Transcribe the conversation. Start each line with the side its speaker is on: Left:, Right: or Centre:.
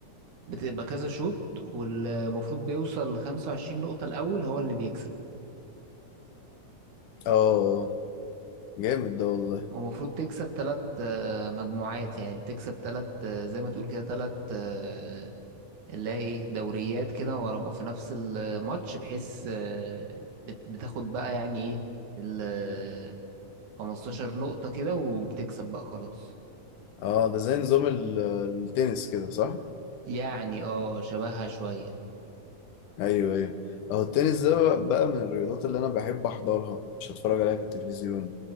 Right: بتبقى كذا شوط والمفروض بيوصل لخمسة وعشرين نقطة الأول هو اللي بيكسب
Left: اه جامد ده والله
Right: ومفروض تكسب تلات آه، مجموعات يعني بتكسب تلات آه، زي ما تقول كده تلات آه، اللي هي ايه دوريات كده ورا بعض في نفس الماتش بحيث آه، بت- بتاخد بقى يعني ايه ال 15 نقطة كده وبتكسب بقى خلاص
Left: اه ده زي نظام ال- التنس كده صح؟
Right: يعني اه شبهها شوية
Left: ايوه ايوه اهو التنس ده بقى بقى من الرياضات اللي انا بحب احضرها مش هتفرج عليها في التلفزيون